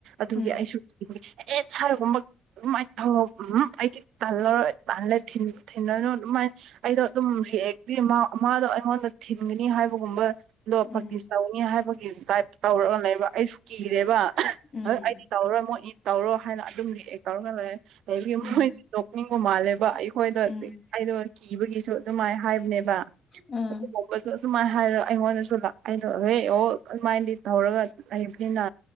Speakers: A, on the right (about 80°); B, on the left (about 35°).
A: ꯑꯗꯨꯒꯤ
B: ꯎꯝ
A: ꯑꯩꯁꯨ ꯑꯦ ꯁꯥꯔꯒꯨꯝꯕ ꯑꯗꯨꯝꯥꯏ ꯊꯧ ꯎ ꯑꯩꯗꯤ ꯇꯥꯜꯂꯔꯣꯏ ꯇꯥꯜꯂꯦ ꯊꯤꯂꯅꯨ ꯑꯗꯨ ꯑꯩꯗꯣ ꯑꯗꯨꯝ <unintelligible> ꯃꯥꯗꯣ ꯑꯩꯉꯣꯟꯗ ꯊꯤꯟꯒꯅꯤ ꯍꯥꯏꯕꯒꯨꯝꯕ ꯑꯗꯣ
B: ꯎꯝ
A: ꯄꯥꯛꯇꯤꯁ ꯇꯧꯅꯤ ꯍꯥꯏꯕꯒꯤ ꯇꯥꯏꯞ ꯇꯧꯔꯒ ꯂꯩꯕ ꯑꯩꯁꯨ ꯀꯤꯔꯦꯕ ꯑꯩꯗꯤ
B: ꯎꯝ
A: ꯇꯧꯔꯣꯏ ꯃꯣꯏ ꯇꯧꯔꯣ ꯍꯥꯏꯅ ꯑꯗꯨꯝ ꯂꯑꯦ ꯇꯧꯔꯒꯂꯦ ꯑꯗꯒꯤ
B: ꯎꯝ
A: ꯃꯣꯏꯁꯨ ꯅꯣꯛꯅꯤꯡꯕ ꯃꯥꯜꯂꯦꯕ ꯑꯩꯈꯣꯏꯗ
B: ꯎꯝ
A: ꯑꯩꯗꯣ ꯀꯤꯕꯒꯤꯁꯨ ꯑꯗꯨꯃꯥꯏꯅ ꯍꯥꯏꯕꯅꯦꯕ
B: ꯎꯝ
A: ꯑꯗꯨꯒꯨꯝꯕꯗꯣ ꯑꯗꯨꯃꯥꯏꯅ ꯍꯥꯏꯔꯣ ꯑꯩꯉꯣꯟꯗꯁꯨ <unintelligible> ꯑꯗꯨꯃꯥꯏꯗꯤ ꯇꯧꯔꯒ ꯂꯩꯕꯅꯤꯅ